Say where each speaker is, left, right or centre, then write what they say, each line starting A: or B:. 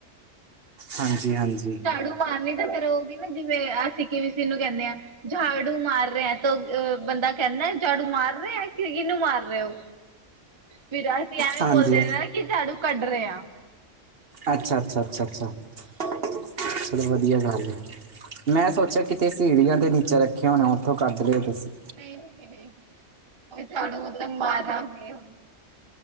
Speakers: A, on the right; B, on the right.
A: ਹਾਂਜੀ, ਹਾਂਜੀ।
B: ਝਾੜੂ ਮਾਰਨੀ ਤਾਂ ਫੇਰ ਉਹਦੀ ਨਾ ਜਿਵੇਂ ਅਸੀਂ ਕਿਵੇਂਨੂੰ ਕਹਿੰਦੇ ਹਾਂ ਝਾੜੂ ਮਾਰ ਰਿਹਾ ਤੋ ਅ ਬੰਦਾ ਕਹਿੰਦਾ ਝਾੜੂ ਮਾਰ ਰਿਹਾ ਕਿ ਕਿਹਨੂੰ ਮਾਰ ਰਹੇ ਹੋ ਫਿਰ ਅਸੀਂ ਐਵੇਂ
A: ਹਾਂਜੀ
B: ਬੋਲਦੇ ਕਿ ਝਾੜੂ ਕੱਢ ਰਹੇ ਹਾਂ
A: ਅੱਛਾ ਅੱਛਾ ਅੱਛਾ ਅੱਛਾ ਚਲੋ ਵਧੀਆ ਗੱਲ ਮੈਂ ਸੋਚਿਆ ਸੀੜੀਆਂ ਤੇ ਨੀਚਾ ਰੱਖਿਆ ਹੋਣਾ ਉੱਥੋਂ ਕੱਢ ਰਿਓ ਤੁਸੀਂ
B: ਨਹੀਂ ਨਹੀਂ <unintelligible>